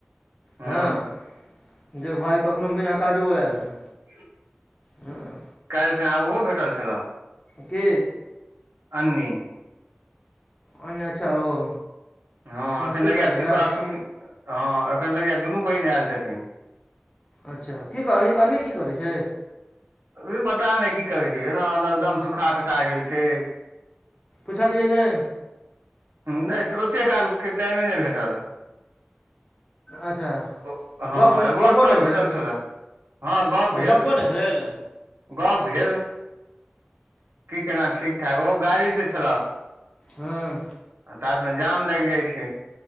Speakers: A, on the right; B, on the left.
A: ह
B: हां जे भाय कखनो बिना काजो आएल हें।
A: <unintelligible>
B: हां।
A: काएल खुना उहो भेटल छलऽ।
B: के।
A: अन्नी।
B: अन्नी, अच्छा ओ।
A: हां एखन
B: शिप्राके
A: लगैया शिपरा,
B: भए
A: सुम, हां एखन लगैया दुनू बहिन आएल छथिन।
B: अच्छा की कहलिक अन्नी की करै छै।
A: ई पता ने की करै छै, एना-एना एकदम सूखा, टटा गेल छै।
B: पुछलियै नै।
A: नै तऽ ओते काल के टाइमे नै भेटल।
B: अच्छा
A: ओ हां
B: गप
A: आ रोड
B: गप्पो
A: पर
B: नहि
A: भेटल
B: भेल
A: छलाए। हां गप्प
B: तऽ
A: भेल।
B: गप्पो नहि भेल
A: गप भेल की केना ठीक-ठाक, ओ गाड़ी से छलऽ।
B: हां।
A: आ तात मे जाम लाएग जाय छै।